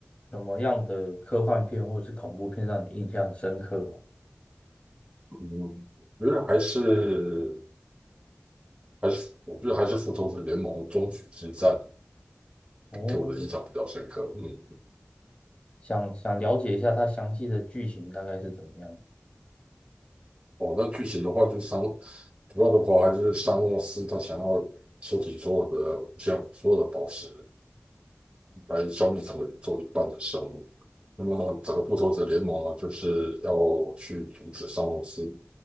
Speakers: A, on the left; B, on the right.
A: 什么样的科幻片或是恐怖片让你印象深刻吗？
B: 嗯，我觉得还是还是，我觉得还是《复仇者联盟：终局之战》
A: 哦，
B: 给我的印象比较深刻。嗯，
A: 想想了解一下它详细的剧情大概是怎么样。
B: 哦，那剧情的话就相主要的话，就是沙诺斯他想要收集所有的像所有的宝石来消灭整个宇宙一半的生物。那么整个复仇者联盟啊，就是要去阻止沙诺斯